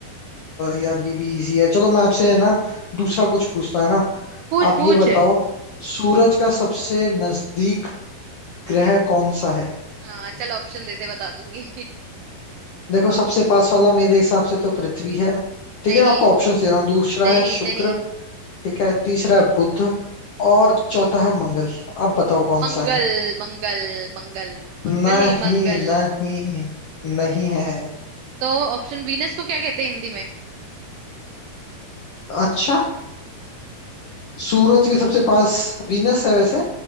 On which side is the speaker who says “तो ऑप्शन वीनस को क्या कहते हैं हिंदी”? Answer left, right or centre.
Right